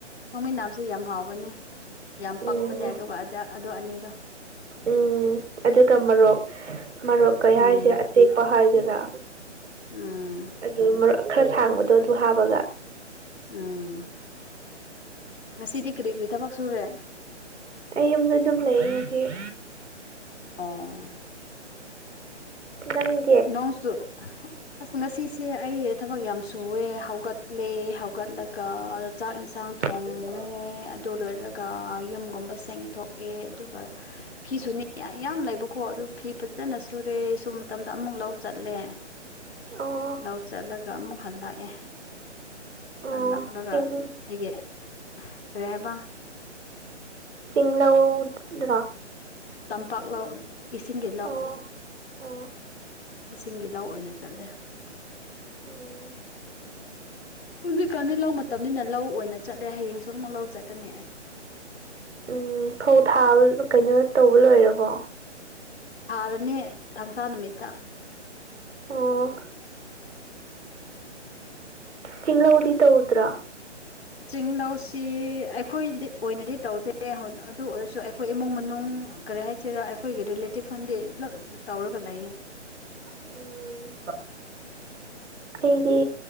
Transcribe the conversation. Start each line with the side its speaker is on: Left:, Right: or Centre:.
Left: ꯊꯣꯡꯃꯤꯟꯅꯕꯁꯦ ꯌꯥꯝ ꯍꯥꯎꯕꯅꯦ ꯌꯥꯝ
Right: ꯎꯝ
Left: ꯄꯛꯄꯅꯦ ꯑꯗꯨꯒ ꯑ ꯑꯗꯨ ꯑꯅꯤꯗꯣ
Right: ꯎꯝ ꯑꯗꯨꯒ ꯃꯔꯣꯛ ꯃꯔꯣꯛ ꯀꯩ
Left: ꯎꯝ
Right: ꯍꯥꯏꯁꯦ ꯑꯇꯦꯛ ꯍꯥꯏꯒꯦꯔꯥ
Left: ꯎꯝ
Right: ꯑꯗꯨ ꯃꯔꯛ ꯈꯔ ꯁꯥꯡꯕꯗꯣ ꯑꯗꯨ ꯍꯥꯞꯄꯒ
Left: ꯎꯝ ꯉꯁꯤꯗꯤ ꯀꯔꯤ ꯀꯔꯤ ꯊꯕꯛ ꯁꯨꯔꯦ
Right: ꯑꯩ ꯌꯨꯝꯗ ꯑꯗꯨꯝ ꯂꯩꯌꯦ ꯍꯧꯖꯤꯛ
Left: ꯑꯣ
Right: ꯅꯪ
Left: ꯅꯣꯡꯁꯨ ꯑꯁ ꯉꯁꯤꯁꯦ ꯑꯩ ꯊꯕꯛ ꯌꯥꯝ ꯁꯨꯑꯦ ꯍꯧꯒꯠꯂꯦ ꯍꯧꯒꯠꯂꯒ ꯑ ꯆꯥꯛ ꯌꯦꯟꯁꯥꯡ ꯊꯣꯡ
Right: ꯂꯩꯁ <inaudible>
Left: ꯑꯗꯨ ꯂꯣꯏꯔꯒ ꯌꯨꯝꯒꯨꯝ ꯆꯦꯡꯊꯣꯛꯑꯦ ꯑꯗꯨꯒ ꯐꯤ ꯌꯥꯝ ꯂꯩꯕꯀꯣ ꯑꯗꯨ ꯐꯤ ꯐꯖꯅ ꯁꯨꯔꯦ ꯁꯨꯕ ꯃꯇꯝꯗ ꯑꯃꯨꯛ ꯂꯧ ꯆꯠꯂꯦ
Right: ꯑꯣ
Left: ꯂꯧ ꯆꯠꯂꯒ ꯑꯃꯨꯛ ꯍꯜꯂꯛꯑꯦ
Right: ꯑꯣ
Left: ꯍꯜꯂꯛꯂꯒ
Right: ꯆꯤꯡ
Left: ꯑꯩꯒꯤ ꯀꯔꯤ ꯍꯥꯏꯕ
Right: ꯆꯤꯡꯂꯧꯗ꯭ꯔ
Left: ꯇꯝꯄꯥꯛ ꯂꯥꯎ ꯏꯁꯤꯡꯒꯤ ꯂꯥꯎ
Right: ꯑꯣ ꯑꯣ
Left: ꯏꯁꯤꯡꯒꯤ ꯂꯧ ꯑꯣꯏꯅ ꯆꯠꯂꯦ
Right: ꯎꯝ
Left: ꯍꯧꯖꯤꯛ ꯀꯥꯟꯗꯤ ꯂꯧ ꯃꯇꯝ ꯇꯝꯅꯤꯅ ꯂꯧ ꯑꯣꯏꯅ ꯆꯠꯂꯦ ꯍꯌꯦꯡꯁꯨ ꯑꯃꯨꯛ ꯂꯧ ꯆꯠꯀꯅꯤ
Right: ꯎꯝ ꯐꯧ ꯊꯥꯕ ꯀꯩꯅꯣ ꯇꯧꯕ ꯂꯣꯏꯔꯕꯣ
Left: ꯊꯥꯔꯅꯦ ꯊꯥꯡꯁꯥ ꯅꯨꯃꯤꯠꯇ
Right: ꯑꯥ ꯆꯤꯡꯂꯧꯗꯤ ꯇꯧꯗ꯭ꯔꯥ
Left: ꯆꯤꯡ ꯂꯧꯁꯤ ꯑꯩꯈꯣꯏꯗꯤ ꯑꯣꯏꯅꯗꯤ ꯇꯧꯗꯦ ꯑꯗꯨ ꯑꯣꯏꯔꯁꯨ ꯑꯩꯈꯣꯏ ꯏꯃꯨꯡ ꯃꯅꯨꯡ ꯀꯔꯤ ꯍꯥꯏꯁꯤꯔ ꯑꯩꯈꯣꯏꯒꯤ ꯔꯤꯂꯦꯇꯤꯞ ꯐꯗꯤ ꯇꯧꯔꯒ ꯂꯩꯌꯦ
Right: ꯎꯝ ꯑꯩꯗꯤ